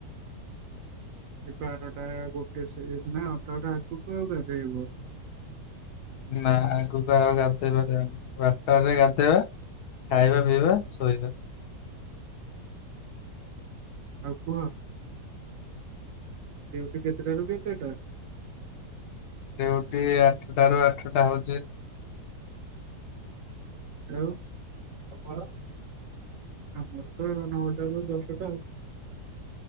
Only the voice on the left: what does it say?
ନା ଆଗକୁ ଗା ପାରିବାନି ବାରଟାରେ ଗାଧେଇବା ଖାଇବା ପିଇବା ଶୋଇବା।
ଡିଉଟି ଆଠଟା ରୁ ଆଠଟା ହଉଛି।